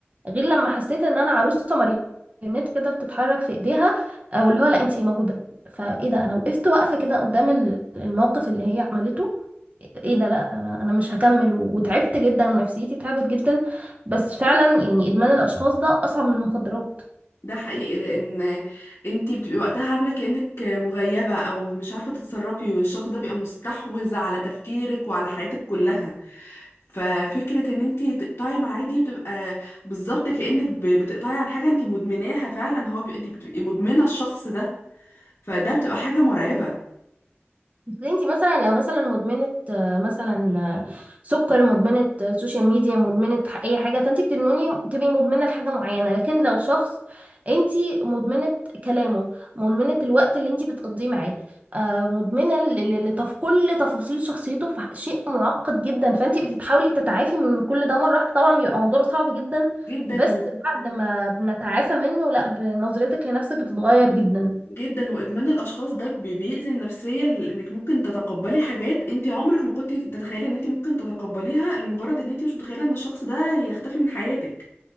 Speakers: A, on the right; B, on the left.
A: غير لما حسيت ان انا عروسه ماريونيت كده بتتحرك في ايديها او اللي هو لا انتي موجوده فايه ده انا وقفت واقفه كده قدام ال- الموقف اللي هي عملته ايه ده لا انا انا مش هكمل و- وتعبت جدا ونفسيتي تعبت جدا بس فعلا يعني ادمان الاشخاص ده اصعب من المخدرات
B: ده حقيقي لان انتي بتبقي وقتها عامله كانك مغيبه او مش عارفه تتصرفي والشخص ده بيبقى مستحوذ على تفكيرك وعلى حياتك كلها ففكره ان انتي تقطعي معاه دي بتبقى بالظبط كانك ب- بتقطعي عن حاجه انتي مدمناها فعلا هو بي... انتي بتبقي مدمنه الشخص ده فده بتبقى حاجه مرعبه
A: اصل انت مثلا لو مثلا مدمنه آه، مثلا آه، سكر مدمنه آه، سوشيال ميديا مدمنه ح- اي حاجه فانت بتدمني تبقي مدمنه لحاجه معينه لكن لو شخص انت مدمنه كلامه مدمنه الوقت اللي انت بتقضيه معاه آه، مدمنه ل- ل- لتف كل تفاصيل شخصيته في شيء معقد جدا فانت بتتحاولي تتعافي من كل ده مره واحده طبعا بيبقى موضوع صعب جدا
B: جدا
A: بس
B: و...
A: بعد ما بنتعافى منه لا بنظرتك لنفسك بتتغير جدا
B: جدا وادمان الاشخاص ده بي- بيأذي النفسيه لانك ممكن تتقبلي حاجات انت عمرك ما كنت تتخيلي ان انت ممكن تتقبليها لمجرد ان انت مش متخيله ان الشخص ده يختفي من حياتك